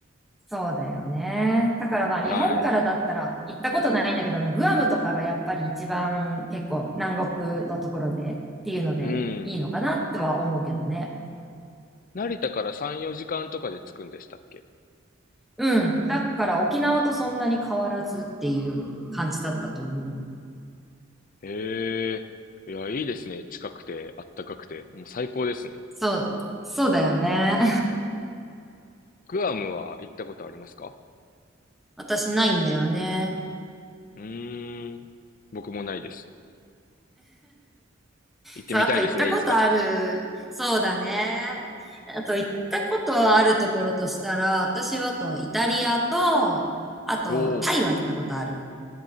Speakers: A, in the centre; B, on the left.
A: そうだよね。だからまあ日本からだったら行ったことないんだけど、
B: はい。
A: あのグアムとかがやっぱり一番結構南国のところでっていうのでいいのかなっては思うけどね。
B: うん。成田から3、4時間とかで着くんでしたっけ
A: うん。だから沖縄とそんなに変わらずっていう感じだったと思う。
B: へえ。いや、いいですね。近くて、あったかくて。もう最高ですね。
A: そう、そうだよね。
B: グアムは行ったことありますか
A: <laughs> 私ないんだよね。
B: うーん。僕もないです。行ってみたいですね、
A: そう、あと行ったことある。
B: いつか。
A: そうだね。あと行ったことあるところとしたら、私はあとイタリアと、あとタイは行ったことある。
B: おー。